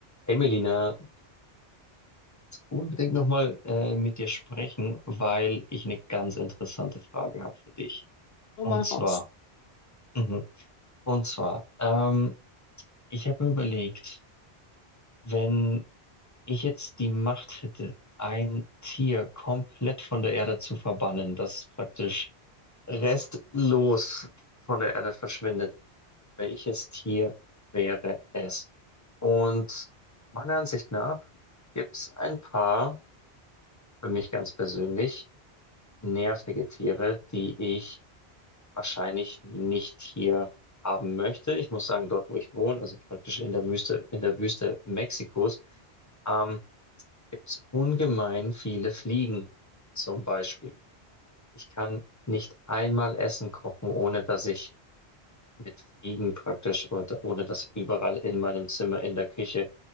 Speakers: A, on the left; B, on the left.
A: Hey Melina, unbedingt nochmal äh, mit dir sprechen, weil ich eine ganz interessante Frage habe für dich.
B: so
A: Und
B: mal
A: zwar,
B: raus.
A: mhm, und zwar, ähm, ich habe mir überlegt, wenn ich jetzt die Macht hätte, ein Tier komplett von der Erde zu verbannen, das praktisch restlos von der Erde verschwindet, welches Tier wäre es? Und meiner Ansicht nach gibt es ein paar, für mich ganz persönlich, nervige Tiere, die ich wahrscheinlich nicht hier haben möchte. Ich muss sagen, dort, wo ich wohne, also praktisch in der Wüste, in der Wüste Mexikos, ähm, gibt es ungemein viele Fliegen zum Beispiel. Ich kann nicht einmal Essen kochen, ohne dass ich mit Fliegen praktisch, oder, ohne dass überall in meinem Zimmer, in der Küche